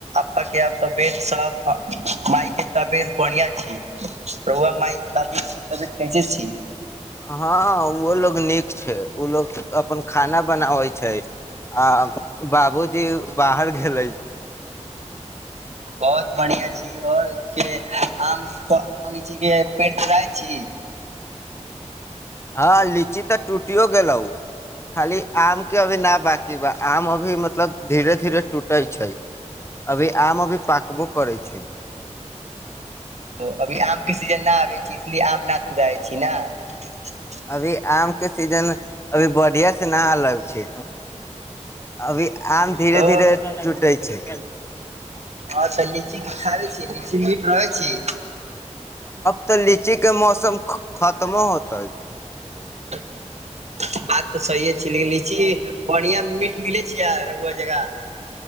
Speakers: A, on the right (about 65°); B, on the left (about 20°).
A: पा के आब तबियत सब माायके तबियत बढ़िया छीौआ माय के तबियत कैसे छी
B: हँ ओहो लोग नीक छै ओ लोग अपन खाना बनाबै छै आ बाबूजी बाहर गेलै
A: बहुत बढ़िियां छै ई आओर के आम लीची के पेड़ तुड़ाय छी
B: हँ लीची तऽ टूटियो गेलौ खाली आम के अभी न बाकी बा आम अभी मतलब धीरे धीरे टूटे छै अभी आम अभी पाकबो करै छै
A: त अभी आम क सीजन नहि आबै छी इसलिए आम न तुड़इ छी ने <unintelligible>
B: अभी आम के सीजन अभी बढ़िया से नहि अलग छै अभी आम धीे
A: तो
B: धीरे लुटै छै
A: और तऽ लीची खाबे छी लीची मीठ रहे छी
B: तऽ लीची के मौसम खत्मो होतै
A: <unintelligible> बात तऽ सहिे छै लेकिन लीची बढ़िया मीट मिलै छिय रहुआ जगह